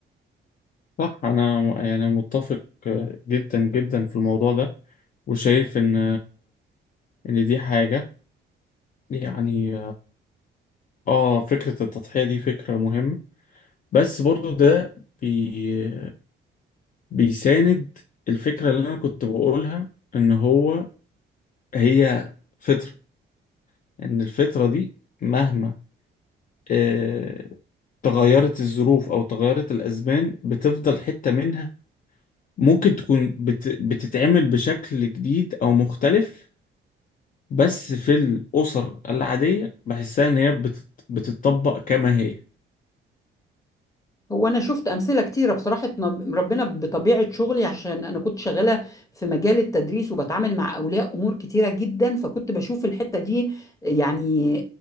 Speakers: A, on the left; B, on the left.
A: صح أنا يعني متفق جدا جدا في الموضوع ده وشايف إن إن دي حاجة يعني آه فكرة التضحية دي فكرة مهمة بس برضو ده بي بيساند الفكرة اللي أنا كنت بقولها إن هو هي فطرة إن الفطرة دي مهما آه، تغيرت الظروف أو تغيرت الأزمان بتفضل حتة منها ممكن تكون بت... بتتعمل بشكل جديد أو مختلف بس في الأسر العادية بحسها إن هي بتت... بتتطبق كما هي
B: هو انا شفت امثله كتيره بصراحه نب- ربنا بطبيعه شغلي عشان انا كنت شغاله في مجال التدريس وبتعامل مع اولياء امور كتيره جدا فكنت بشوف الحته دي يعني